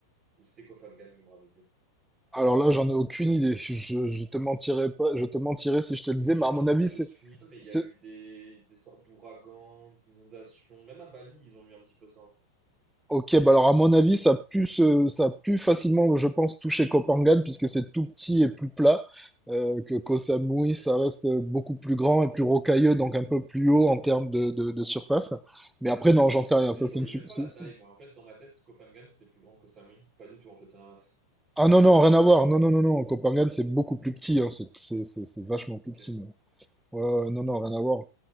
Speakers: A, on the right; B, in the centre.
A: ou c'était Koh Phangan, je me rappelle plus.
B: alors là, j'en ai aucune idée. Je, je te mentirais pas, je te mentirais si je te
A: Parce
B: le disais,
A: que je
B: mais
A: sais
B: à
A: pas
B: mon
A: si
B: avis,
A: tu avais suivi ça,
B: c'est
A: mais il y a eu des, des sortes d'ouragans, d'inondations, même à Bali, ils ont eu un petit peu ça.
B: Ok, bah alors à mon avis, ça a pu se- ça a pu facilement, je pense, toucher Kopangan, puisque c'est tout petit et plus plat, euh, que Koh Samui,
A: Ok.
B: ça reste beaucoup plus grand et plus rocailleux, donc un peu plus haut en termes de, de, de surface. Mais après, non, j'en sais rien,
A: Mais
B: ça
A: je
B: c'est
A: voyais
B: une... sup-
A: même pas
B: c'est-
A: la
B: c'est-
A: taille, moi. En fait, dans ma tête, Koh Phangan, c'était plus grand que Koh Samui. Pas du tout, en fait, c'est l'inverse.
B: Ah non, non, rien à voir, non, non, non, non, Koh Phangan, c'est beaucoup plus petit, hein, c'est c'est- c'est- c'est vachement plus
A: Ok.
B: petit. mais- Ouais, ouais, non, non, rien à voir.